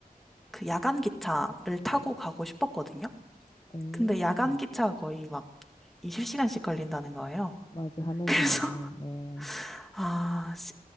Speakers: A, in the centre; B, on the left.
A: 그 야간 기차를 타고 가고 싶었거든요.
B: 오,
A: 근데 야간 기차가 거의 막 20시간씩 걸린다는 거예요.
B: 맞아. 하면서
A: 그래서,
B: 가는, 네.
A: <laughs> 아, 시-